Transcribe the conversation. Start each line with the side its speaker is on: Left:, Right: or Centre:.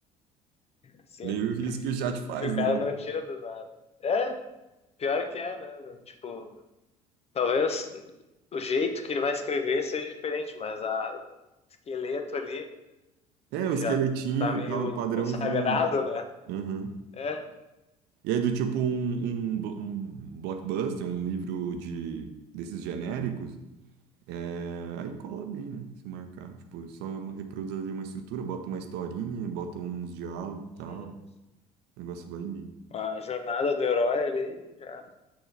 Left: Sim.
Right: Meio isso que o chat faz,
Left: Que o cara
Right: né?
Left: não tira do nada. É, pior que é, né? Tipo, talvez o jeito que ele vai escrever seja diferente, mas a o esqueleto ali
Right: É, é o
Left: que
Right: esqueletinho,
Left: já tá meio
Right: e tal, padrãozinho.
Left: consagrado, né?
Right: Uhum.
Left: É.
Right: E aí, do tipo um, um, blo- um blockbuster, um livro de desses genéricos, é, aí cola bem, né? Se marcar. Tipo, só uma- reproduz ali uma estrutura, bota uma historinha, bota uns diálogos
Left: Uhum.
Right: e tal. O negócio vai bem.
Left: A jornada do herói ali já.